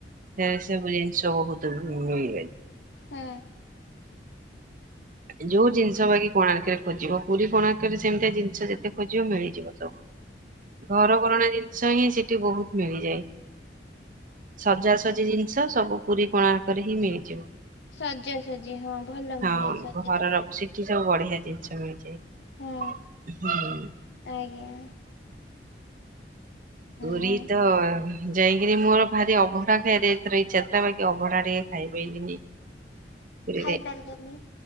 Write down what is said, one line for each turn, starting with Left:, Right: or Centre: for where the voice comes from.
Right: ସେ ସବୁ ଜିନିଷ ବହୁତ ତ ମିଳିଯାଇ
Left: ହୁଁ।
Right: ଯୋଉ ଜିନିଷ ବାକି କୋଣାର୍କରେ ଖୋଜିବ ପୁରୀ କୋଣାର୍କରେ ସେମିତିଆ ଜିନିଷ ଯେତେ ଖୋଜିବ ମିଳିଯିବ ସବୁ। ଘର କରଣା ଜିନିଷ ସିଏହିଁ ସେଠି ବହୁତ ମିଳିଯାଏ। ସଜାସଜି ଜିନିଷ ସବୁ ପୁରୀ କୋଣାର୍କରେ ହିଁ ମିଳିଯିବ।
Left: ସଜାସଜି ହଁ ଭଲ
Right: ହଁ
Left: ମିଳେ ସ
Right: ଘରର ସେଠି ସବୁ ବଢିଆ ଜିନିଷ ମିଳିଯାଏ
Left: ହଁ
Right: ହୁଁ।
Left: <unintelligible>
Right: ପୁରୀ
Left: ହଁ
Right: ତ ଯାଇକିରି ମୋର ଭାରି ଅବଢା ଖାଇବାରେ ଏଥର ଇଚ୍ଛା ଥିଲା ବାକି ଅବଢା ଟିକେ ଖାଇପାଇଲିନି। ପୁରୀରେ
Left: ଖାଇପାରିଲିନି